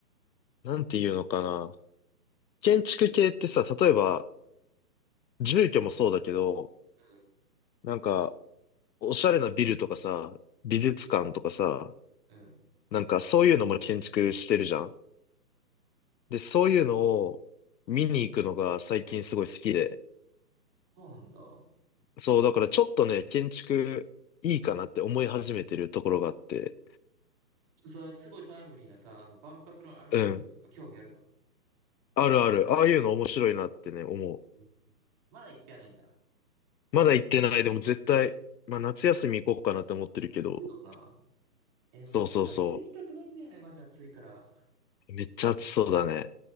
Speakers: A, on the left; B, on the right.
A: なんていうのかな。建築系ってさ、例えば、住居もそうだけど、
B: うん。
A: なんか、おしゃれなビルとかさ、美術館とかさ、
B: はいはい。うん。
A: なんかそういうのも建築してるじゃん。で、そういうのを見に行くのが最近すごい好きで。
B: そうなんだ。
A: そう、だからちょっとね、建築いいかなって思い始めてるところがあって。
B: さ、すごいタイムリーなさ、あの万博のあのリングとか興味あるの
A: うん。あるある。ああいうの面白いなってね、思
B: うんまだ行ってはないんだ。
A: う。まだ行ってない。でも絶対、まあ夏休み行こうかなって思ってるけど。
B: まあ行くよな。え、でもさ、
A: そうそうそ
B: 僕夏行きたくないんだよね、マジ暑いから。
A: う。めっちゃ暑そうだね。